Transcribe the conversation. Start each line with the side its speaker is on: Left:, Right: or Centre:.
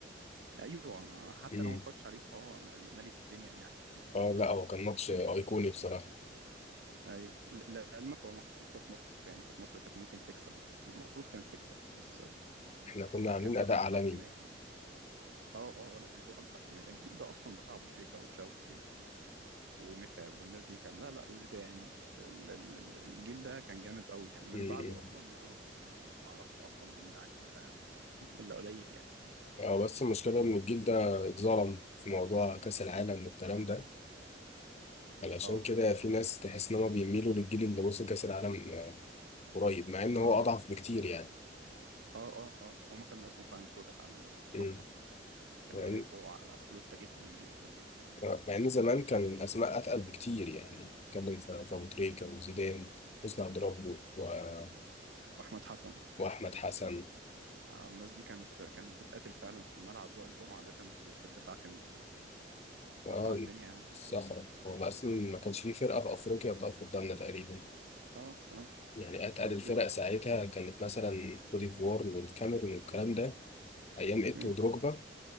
Right: ايوه ما- حتى
Left: امم
Right: لو ما اتفرجتش عليه فهو مالي, مالي الدنيا يعني <laughs>
Left: اه لا هو كان ماتش ايقوني بصراحه
Right: ايوه ل- لعلمك هو المفروض كانت مصر يعني كانت مصر كانت ممكن تكسب يعني المفروض كانت تكسب بس
Left: احنا كنا عاملين
Right: كان في
Left: اداء
Right: غلطه
Left: عالمي
Right: تحكيميه يعني اه اه آه، لا كان في غلطه تحكيميه الجيل ده اصلا بتاع ابو تريكه وشوقي و- ومتعب والناس دي كان لا لا وزيدان ال- ال- ال- الجيل ده كان جامد قوي يعني من
Left: امم
Right: بعده اصلا ما انا ما اعرفش اصلا مين لعيبه فاهم <laughs> الا قليل يعني
Left: اه بس المشكله ان الجيل ده اتظلم في موضوع كاس العالم والكلام ده علشان
Right: اه
Left: كده في ناس تحس ان هم بيميلوا للجيل اللي وصل كاس العالم آه، قريب مع ان هو
Right: اه
Left: اضعف بكتير يعني
Right: اه اه اه هما كان ناقصهم فعلا يدخلوا كاس عالم بس شكرا
Left: امم
Right: كانوا
Left: مع ان
Right: هيبقوا قفلوا التاريخ زي ما بيقولوا
Left: آه، مع ان زمان كان الاسماء اتقل بكتير يعني نتكلم في في ابو تريكه وزيدان حسني عبد ربه و-
Right: واحمد حسن
Left: واحمد حسن
Right: آه، الناس دي كانت كانت بتقاتل فعلا في الملعب وائل جمعة ده كان بي في الدفاع كان
Left: اه
Right: بيقطع الدنيا يعني
Left: الصخرة هو أصلا ما كانش فيه فرقة في أفريقيا بتقف قدامنا تقريبا
Right: اه اه
Left: يعني أتقل
Right: اه
Left: الفرق
Right: د- د-
Left: ساعتها كانت مثلا كوت ديفوار والكاميرون والكلام ده أيام إيتو
Right: مم.
Left: ودروجبا